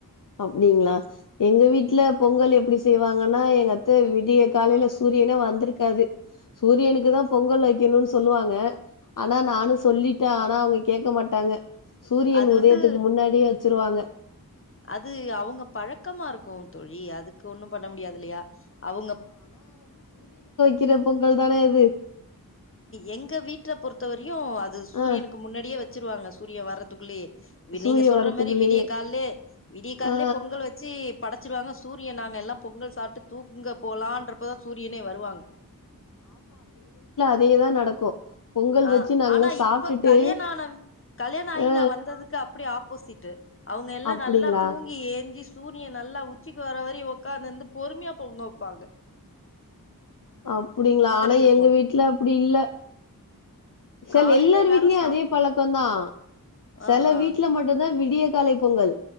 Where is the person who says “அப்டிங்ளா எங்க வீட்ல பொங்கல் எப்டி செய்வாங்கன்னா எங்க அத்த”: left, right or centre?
Left